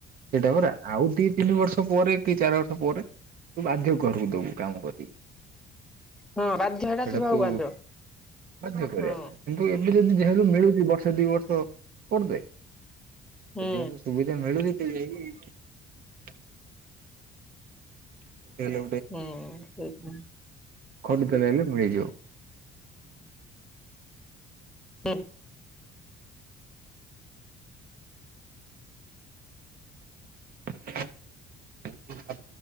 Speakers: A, on the right; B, in the centre.
A: ସେଇଟା ପରା ଆଉ ଦି ତିନି ବର୍ଷ ପରେ କି ଚାରି ବର୍ଷ ପରେ ତୁ ବାଧ୍ୟ ଘରକୁ ଦୋବୁ କାମ କରିକି।
B: ହଁ ବାଧ୍ୟ ହେଟା
A: ସେଟା
B: ଥିବାକୁ
A: ତୁ
B: ବାଧ୍ୟ
A: ବାଧ୍ୟ କରିବା
B: ହଁ
A: ପାଇଁ କିନ୍ତୁ ଏବେ ଯଦି ଯେହେତୁ ମିଳୁଚି ବର୍ଷେ ଦି ବର୍ଷ କରିଦେ ସେଠି
B: ହୁଁ
A: ଯଦି ସୁବିଧା ମିଳୁଚି <unintelligible> କୋଉଠି ହେଲେ
B: ହୁଁ ସେଇ <unintelligible>
A: ଫୋନ୍ କଲେ ହେଲେ ମିଳିଯିବ।
B: ହୁଁ।
A: <unintelligible>